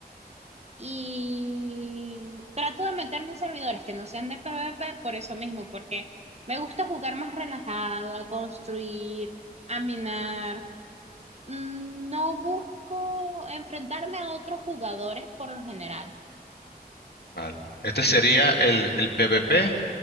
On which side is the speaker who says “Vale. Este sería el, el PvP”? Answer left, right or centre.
Left